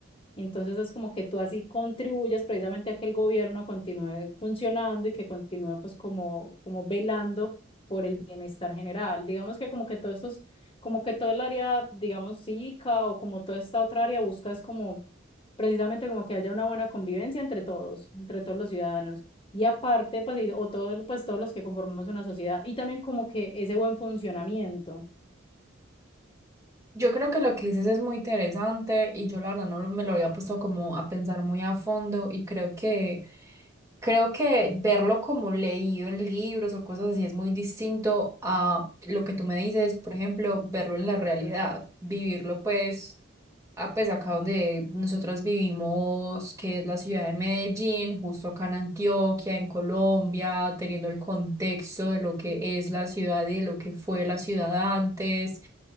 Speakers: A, on the left; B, on the right.
A: Entonces es como que tú así contribuyes precisamente a que el gobierno continúe funcionando y que continúe pues como, como velando por el bienestar general. Digamos que como que todos estos, como que todo el área, digamos, cívica o como toda esta otra área busca es como precisamente como que haya una buena convivencia entre todos, entre todos los ciudadanos. Y aparte, pues, y- o todos, pues, todos los que conformamos una sociedad y también como que ese buen funcionamiento.
B: Yo creo que lo que dices es muy interesante y yo la verdad no me lo había puesto como a pensar muy a fondo y creo que creo que verlo como leído en libros o cosas así es muy distinto a lo que tú me dices, por ejemplo, verlo en la realidad, vivirlo pues a pues acá donde nosotras vivimos, que es la ciudad de Medellín, justo acá en Antioquia, en Colombia, teniendo el contexto de lo que es la ciudad y de lo que fue la ciudad antes.